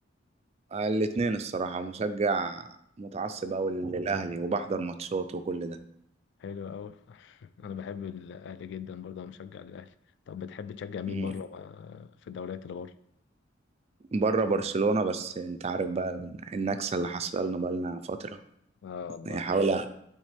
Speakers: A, on the right; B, on the left.
A: الاتنين الصراحة مشجع متعصب أوي للأهلي وبحضر ماتشات وكل ده
B: حلو أوي <laughs> أنا بحب الأهلي جدا برضه أنا مشجع للأهلي طب بتحب تشجع مين
A: أمم.
B: بره آه، في الدوريات اللي بره؟
A: بره برشلونة بس انت عارف بقى ال- النكسة اللي حصل لنا بقالنا فترة
B: اه والله
A: هي حوالي